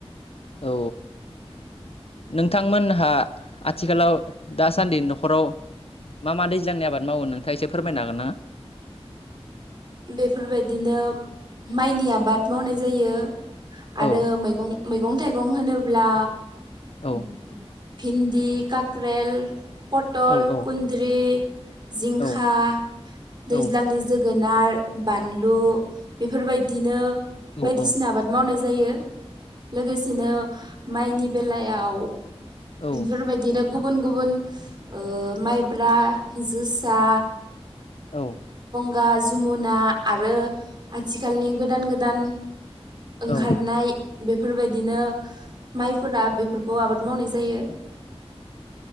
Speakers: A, on the left; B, on the right.
A: औ। नोंथांमोनहा आथिखालाव दासान्दि न'खराव मा मा दैज्लांनि आबाद मावो नोंथाङा इसे फोरमायनो हागोनना?
B: बेफोरबायदिनो माइनि आबाद मावनाय जायो आरो
A: औ
B: मैगं मैगं थाइगं होनोब्ला
A: औ
B: उम भिन्दि काक्रेल पटल
A: औ औ
B: कुन्द्रि जिंखा
A: औ
B: दैज्लांनि
A: औ
B: जोगोनार बानलु बिफोरबायदिनो
A: औ
B: बायदिसिना आबाद मावनाय जायो लोगोसेनो माइनि बेलायाव
A: औ
B: बिफोरबायदिनो गुबुन गुबुन ओ माइब्रा जोसा
A: औ।
B: गा जुमुना आरो आथिखालनि गोदान गोदान ओंखारनाय
A: औ
B: बेफोरबायदिनो माइफोरा बिफोरखौ आबाद मावनाय जायो।